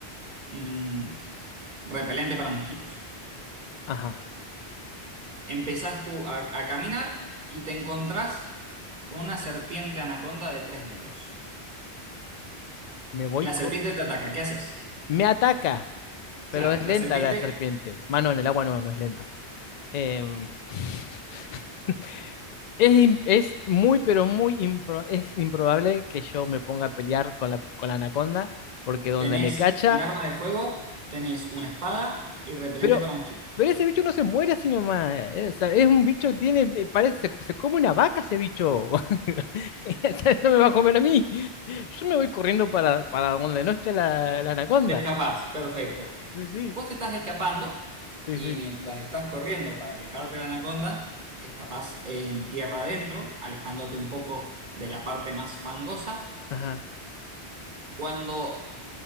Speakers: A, on the right (about 50°); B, on the left (about 55°).
A: mm, repelente para mosquitos.
B: Ajá.
A: Empezás tú a, a caminar y te encontrás con una serpiente anaconda de 3 metros.
B: Me voy.
A: La
B: cor-
A: serpiente te ataca, ¿qué haces?
B: Me ataca, pero
A: Claro,
B: es
A: la
B: lenta
A: serpiente
B: la serpiente. Mano, en el agua no, no es lenta. Em, <laughs> Es, im- es muy, pero muy impro- es improbable que yo me ponga a pelear con la, con la anaconda, porque donde
A: tenés
B: me cacha.
A: un arma de fuego, tenés una espada y repelente
B: Pero,
A: para mosquitos.
B: pero ese bicho no se muere así nomás. eh, o sea, es un bicho que tiene, eh, parece, se, se come una vaca ese bicho. <laughs> Ese No me va a comer a mí. Yo me voy corriendo para, para donde no esté la, la anaconda.
A: Te escapás, perfecto.
B: Sí, sí,
A: Vos te estás escapando
B: sí,
A: y
B: sí.
A: mientras estás corriendo para alejarte de la anaconda, escapás en tierra adentro, alejándote un poco de la parte más fangosa.
B: Ajá.
A: Cuando